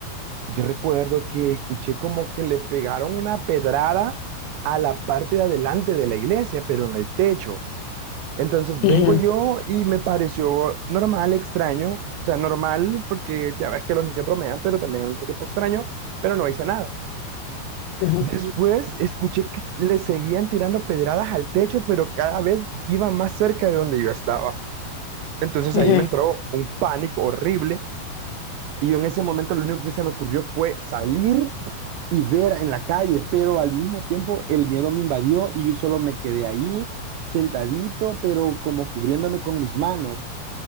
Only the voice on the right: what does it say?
yo recuerdo que escuché como que le pegaron una pedrada a la parte de adelante de la iglesia, pero en el techo. Entonces
vengo yo y me pareció normal, extraño, o sea, normal porque ya ves que los niños bromean, pero también al mismo tiempo extraño, pero no hice nada.
Después escuché que le seguían tirando pedradas al techo, pero cada vez iba más cerca de donde yo estaba. Entonces
ahí me entró un pánico horrible y yo en ese momento lo único que se me ocurrió fue salir y ver en la calle, pero al mismo tiempo el miedo me invadió y yo solo me quedé ahí sentadito, pero como cubriéndome con mis manos.